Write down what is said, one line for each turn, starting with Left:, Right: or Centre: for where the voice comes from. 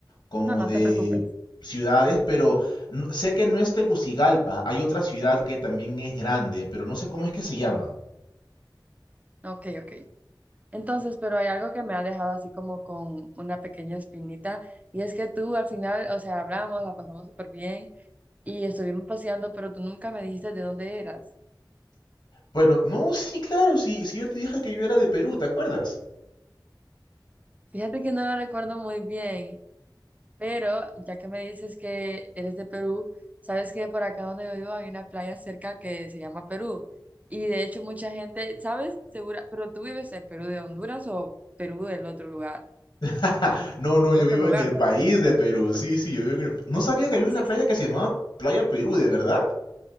Left: como
Right: No, no
Left: de
Right: te preocupes.
Left: ciudades, pero no- sé que no es Tegucigalpa, hay otra ciudad que también es grande, pero no sé cómo es que se llama.
Right: Ok, ok. Entonces, pero hay algo que me ha dejado así como con una pequeña espinita, y es que tú al final, o sea, hablamos, la pasamos súper bien y estuvimos paseando, pero tú nunca me dijiste de dónde eras.
Left: Bueno, no, sí, claro, sí, sí yo te dije que yo era de Perú, ¿te acuerdas?
Right: Fíjate que no lo recuerdo muy bien, pero ya que me dices que eres de Perú, sabes que por acá donde yo vivo hay una playa cerca que se llama Perú, y de hecho mucha gente, ¿sabes? Segura, pero tú vives en Perú de Honduras o Perú del otro lugar,
Left: <laughs> No, no,
Right: del
Left: yo
Right: otro
Left: vivo
Right: lugar,
Left: en el
Right: ¿verdad?
Left: país de Perú. Sí, sí, yo vivo en el... No sabía que había
Right: Sí,
Left: una
Right: sí,
Left: playa
Right: sí.
Left: que se llamaba Playa Perú, ¿de verdad?